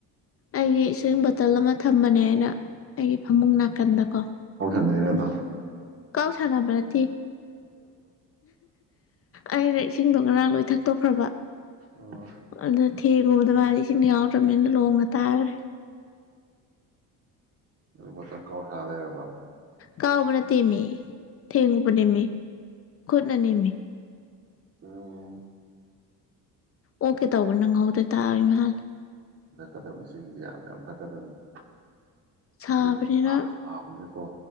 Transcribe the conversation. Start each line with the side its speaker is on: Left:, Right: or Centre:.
Left: ꯑꯩꯒꯤ ꯏꯁꯤꯡ ꯕꯣꯇꯜ ꯑꯃ ꯊꯝꯕꯅꯦ ꯑꯩꯅ ꯑꯩꯒꯤ ꯐꯃꯨꯡ ꯅꯥꯀꯟꯗꯀꯣ
Right: ꯅꯤꯔꯗꯥ
Left: ꯁꯂꯕ꯭ꯔꯠꯇ ꯑꯩꯅ ꯏꯁꯤꯡꯗꯣ ꯉꯔꯥꯡ ꯂꯣꯏ ꯊꯛꯇꯣꯛꯈ꯭ꯔꯕ
Right: ꯑꯣ
Left: ꯑꯗꯨꯗ ꯊꯦꯡ ꯌꯨꯕꯗ ꯋꯥꯔꯤꯔꯤꯁꯤꯡꯗ ꯌꯥꯎꯗ꯭ꯔꯕꯅꯤꯅ ꯂꯣꯡꯉ ꯇꯥꯈ꯭ꯔꯦ
Right: ꯏꯒ ꯇꯪꯒꯣ ꯍꯥꯏꯗꯔꯔꯕ
Left: ꯀꯥꯎꯕꯅ ꯇꯦꯝꯃꯤ ꯊꯦꯡꯉꯨꯕ ꯅꯦꯝꯃꯤ ꯈꯨꯠꯅ ꯅꯦꯝꯃꯤ
Right: ꯎꯝ
Left: ꯑꯣꯀꯦ ꯇꯧꯕ ꯅꯪꯍꯧꯗꯦ ꯇꯥꯔꯤꯃꯜ
Right: ꯊꯕꯅꯤꯁ ꯌꯥꯝ ꯊꯛꯀꯗꯕꯅꯤ
Left: ꯁꯥꯕꯅꯤꯅ
Right: ꯍꯧꯖꯤꯛ ꯁꯥꯁꯨ ꯁꯥꯕꯅꯤꯅꯀꯣ